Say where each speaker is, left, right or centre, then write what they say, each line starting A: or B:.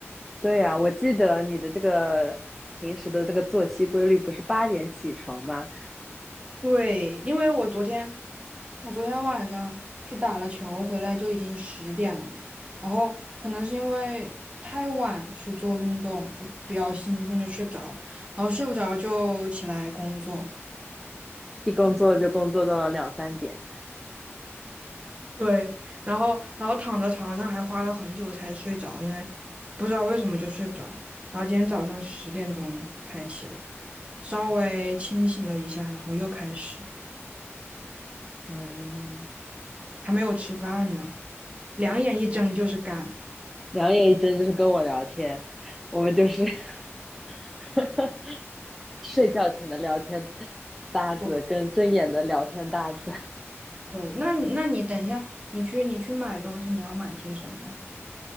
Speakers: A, in the centre; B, on the right.
A: 对呀，我记得你的这个平时的这个作息规律不是八点起床吗？
B: 对，因为我昨天我昨天晚上去打了球，回来就已经十点了嘛。然后可能是因为太晚去做运动，就比较兴奋，就睡不着。然后睡不着就起来工作，
A: 一工作就工作到了两三点。
B: 对。然后然后躺在床上还花了很久才睡着，因为不知道为什么就睡不着。然后今天早上十点钟才起来，稍微清醒了一下，然后又开始，
A: 嗯，
B: 还没有吃饭呢，两眼一睁就是干。
A: 两眼一睁就是跟我聊天，我们就是 <laughs> 睡觉前的聊天搭子跟睁眼的聊天搭子。
B: 我。对，那那你等一下，你去你去买东西，你要买些什么呀？